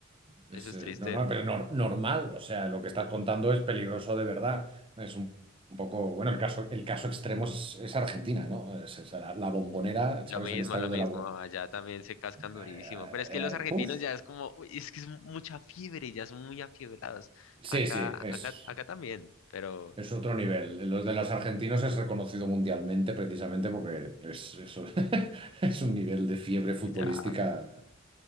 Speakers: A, on the right; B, on the left.
A: es,
B: Eso es
A: eh,
B: triste.
A: no, no, pero nor- normal, o sea, lo que estás contando es peligroso de verdad, es un, un poco, bueno, el caso, el caso extremo es, es Argentina, ¿no? Es, es la, la Bombonera,
B: Lo
A: ¿sabes?
B: mismo,
A: El estadio
B: lo mismo,
A: de la... Bo-
B: allá también se cascan durísimo.
A: eh,
B: Pero es que
A: eh,
B: los argentinos
A: eh, puf.
B: ya es como, uy, es que es mucha fiebre, ya son muy afiebrados.
A: Sí,
B: Acá,
A: sí, es...
B: acá, acá también, pero
A: Es otro nivel. Los de los argentinos es reconocido mundialmente precisamente porque es, eso <laughs> es un nivel de fiebre futbolística.
B: ya.